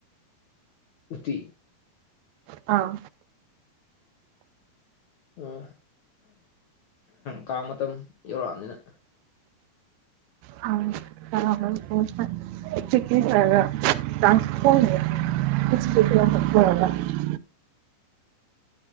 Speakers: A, on the left; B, on the right.
A: ꯎꯠꯇꯤ
B: ꯑꯥ
A: ꯑꯝ ꯀꯥꯡ ꯃꯇꯝ ꯌꯧꯔꯛꯑꯝꯅꯤꯅ
B: ꯃꯥꯅꯦ <unintelligible> <unintelligible>